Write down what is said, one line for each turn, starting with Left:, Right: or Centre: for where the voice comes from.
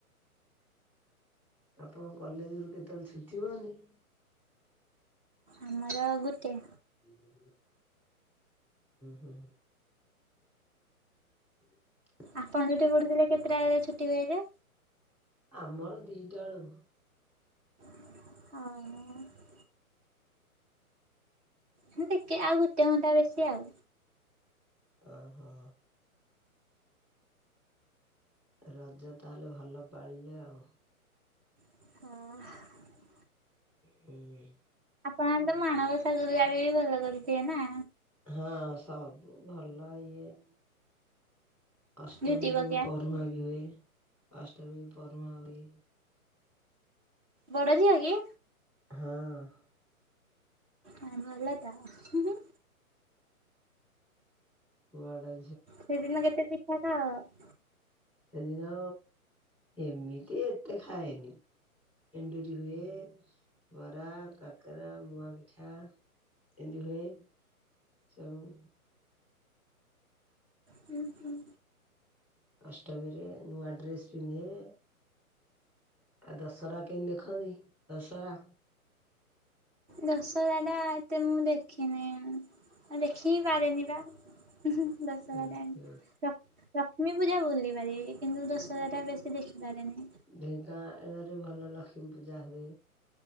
Centre: ଆପଣଙ୍କ କଲେଜରୁ କେତେବେଳେ ଛୁଟି ହୁଅନି?
Right: ଆମର ଗୋଟେ।
Centre: ହୁଁ ହୁଁ <inaudible>
Right: ଆପଣ ଯୋଉଠି ପଢୁଥିଲେ, କେତେଟା ବଳେ ଛୁଟି ହୁଏ ଯେ?
Centre: ଆମର ଦିଟା ବେଳୁ।
Right: ଆଉ ଟିକେ ଆଉ ଗୋଟେ ଘଣ୍ଟା ବେଶୀ ଆଉ
Centre: ଓ ହୋ ରଜ ତାହେଲେ ଭଲ ପାଳିଲେ ଆଉ।
Right: ହଁ।
Centre: ହୁଁ।
Right: ଆପଣ ଆଣେ ତ ମାଣବସା ଗୁରୁବାର ବି ଭଲ କରୁଥିବେ ନା।
Centre: ହଁ ସବୁ ଭଲ ଇଏ ଅଷ୍ଟମୀ
Right: ଝୁଟି
Centre: କି
Right: ପକେଇ
Centre: ମୁଁ
Right: ଆସିକି
Centre: ପରହୁଁଆଁ ବି ହୁଏ ଅଷ୍ଟମୀ କି ପରହୁଁଆଁ ହୁଏ।
Right: ବଡଝିଅ କି?
Centre: ହଁ।
Right: ହ ଭଲ ତ ହୁଁ ହୁଁ।
Centre: ବଡ଼
Right: ସେଦିନ କେତେ ପିଠା ଖାଅ?
Centre: ସେଦିନ ଏମିତି ଏତେ ଖାଏନି। ଏେଣ୍ଡୁରି ହୁଏ ବରା, କାକରା, ମୁଆ ପିଠା। ଏମିତି ହୁଏ ସବୁ।
Right: ହୁଁ ହୁଁ।
Centre: ଅଷ୍ଟମୀରେ ନୂଆ ଡ୍ରେସ ପିନ୍ଧେ। ଆଉ ଦଶହରା କେମିତି ଦେଖନ୍ତି ଦଶହରା
Right: ଦଶହରା ଟା ଏତେ ମୁଁ ଦେଖିନେଇଁ। ଆଉ ଦେଖିକି ପାରେନି ପା ହୁଁ ହୁଁ ଦଶହରା
Centre: ହୁଁ,
Right: ଟାଇମ୍।
Centre: ହୁଁ।
Right: ଲକ୍ଷ୍ମୀ ପୂଜା ବୁଲିପାରିବି କିନ୍ତୁ ଦଶହରାଟା ବେଶୀ ଦେଖିପାରେନି।
Centre: ଢେଙ୍କାଆଳରେ ଭଲ ଲକ୍ଷ୍ମୀ ପୂଜା ହୁଏ।